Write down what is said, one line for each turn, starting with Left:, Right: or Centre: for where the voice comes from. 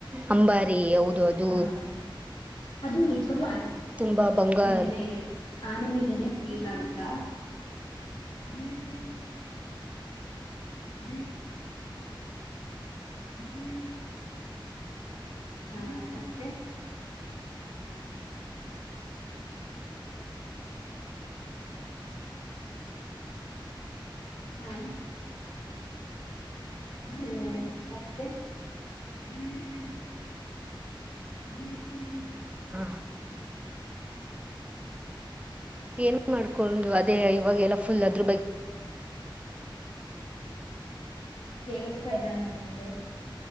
Right: ಅಂಬಾರಿ ಹೌದು ಅದು
Left: ಆ, ಅಂಬಾ <unintelligible>
Right: ತುಂಬಾ ಬಂಗಾರ
Left: <unintelligible> ಹ್ಮ್ <unintelligible> ಹಾ ಹ್ಮ್ <unintelligible> ಹ್ಮ್ <unintelligible> ಹಾ <unintelligible> ಹ್ಮ <unintelligible>
Right: ಹಾ ಏನ್ ಮಾಡ್ಕೊಂಡು ಅದೇ ಇವಾಗೆಲ್ಲ ಫುಲ್ ಅದ್ರ ಬಗ್ಗೆ
Left: ಕೇಳಿಸ್ತಿಲ್ಲ ನಂಗೆ